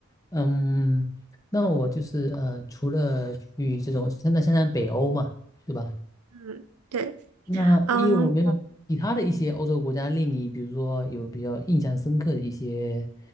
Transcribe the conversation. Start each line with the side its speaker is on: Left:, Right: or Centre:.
Left: 嗯，那我就是呃，除了去这种，现在现在北欧嘛，对吧？
Right: 嗯，对，
Left: 那你有没有其他的一些欧洲国家令你，
Right: 嗯，
Left: 比如说有比较印象深刻的一些